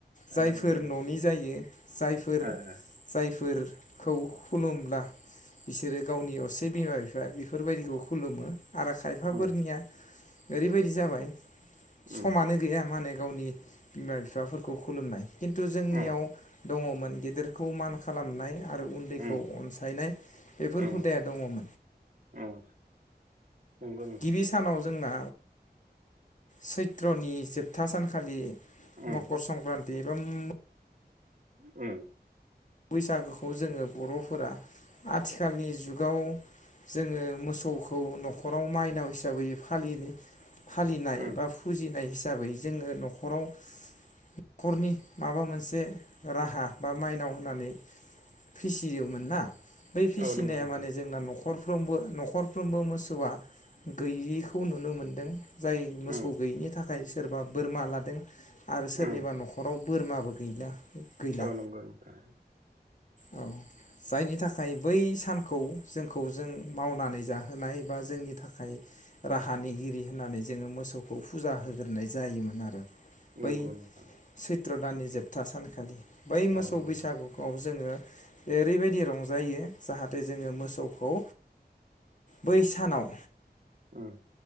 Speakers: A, on the left (about 45°); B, on the right (about 50°).
A: जायफोर
B: नंगौ नोंथां
A: ननि जायो जायफोर
B: ए
A: जाय फोरखौ खुलुमब्ला बिसोरो गावनि असे बिमा बिफा बेफोरबायदिखौ खुलुमो। आरो खायफाफोरनिया
B: उम
A: ओरैबायदि जाबाय समानो
B: उम
A: गैया माने गावनि बिमा बिफाफोरखौ खुलुमनाय। खिन्थु जोंनियाव
B: उम
A: दङमोन गिदिरखौ मान खालामनाय। आरो उन्दैखौ
B: उम
A: अनसायनाय बेफोर
B: उम
A: हुदाया दङमोन।
B: उम नंगौ नोंथां
A: गिबि सानाव जोंना सैत्रनि जोबथा सानखालि
B: उम
A: मकर संक्रान्ति जम्म
B: ओम।
A: बैसागोखौ जोङो बरफोरा आथिखालनि जुगाव जोङो मोसौखौ नखराव माइनाव हिसाबै फालि फालिनाय
B: उम
A: बा फुजिनाय हिसा हिसाबै जोङो नखराव नखरनि माबा मोनसे राहा बा माइनाव होननानै नानै फिसियोमोनना। बै फिसिनाया
B: औ नंगौ नोंथां
A: माने जोंना नखर साफ्रोमबो नखरफ्रोमबो मोसौआ गैयिखौ नुनो मोनदों जाय मोसौ
B: उम
A: गैयिनि थाखाय सोरबा बोरमा लादों। आरो सोरनिबा
B: उम
A: नखराव बोरमाबो गैला। गैला
B: औ नंगौ नोंथां <inaudible>
A: औ जायनि थाखाय बै सानखौ जोंखौ जों मावनानै जाहोनाय बा जोंनि थाखाय राहानिगिरि होननानै जोङो मोसौखौ फुजा होग्रोनाय जायोमोन आरो
B: नंगौ
A: बै
B: नोंथां
A: सैत्र दाननि जोबथा सानखालि बै मोसौ
B: औ नंगौ
A: बैसागु खौ जोङो ओरैबायदि रंजायो जाहाथे जोङो मोसौखौ बै सानाव
B: ओम